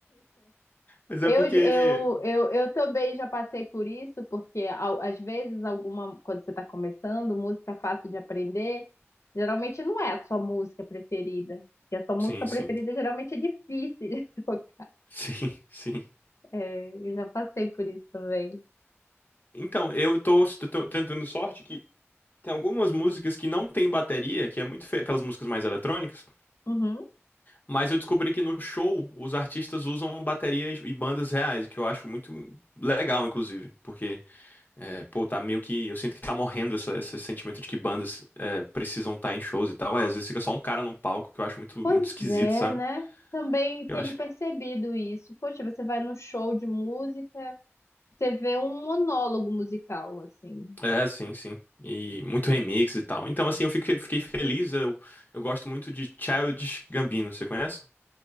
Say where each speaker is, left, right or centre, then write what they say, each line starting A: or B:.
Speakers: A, on the left; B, on the left.
A: Mas é
B: Eu,
A: porque.
B: eu, eu, eu também já passei por isso, porque ao- às vezes alguma, quando você está começando, música fácil de aprender, geralmente não é a sua música preferida. E a sua música
A: Sim,
B: preferida
A: sim.
B: geralmente é difícil de <laughs> tocar.
A: Sim, <laughs> sim.
B: É, eu já passei por isso também.
A: Então, eu tô, s- tô tentando sorte que tem algumas músicas que não tem bateria, que é muito feio, aquelas músicas mais eletrônicas,
B: Uhum.
A: mas eu descobri que no show os artistas usam baterias e bandas reais, o que eu acho muito legal, inclusive, porque É, pô, tá meio que. Eu sinto que tá morrendo essa- esse sentimento de que bandas é, precisam estar em shows e tal. Aí, às vezes fica só um cara num palco que eu acho muito,
B: Pois
A: muito esquisito,
B: é,
A: sabe?
B: né? Também
A: Eu
B: tenho
A: acho.
B: percebido isso. Poxa, você vai num show de música, você vê um monólogo musical, assim.
A: É, sim, sim. E muito remix e tal. Então, assim, eu fiquei, fiquei feliz. Eu, eu gosto muito de Childish Gambino, você conhece?